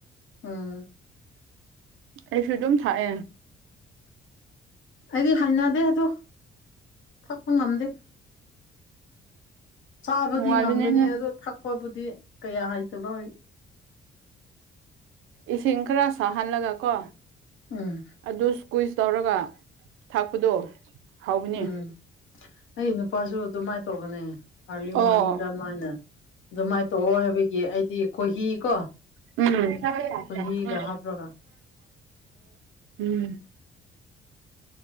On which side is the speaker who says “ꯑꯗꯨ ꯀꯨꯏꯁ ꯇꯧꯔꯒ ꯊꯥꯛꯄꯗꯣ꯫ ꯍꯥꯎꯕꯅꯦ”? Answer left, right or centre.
Right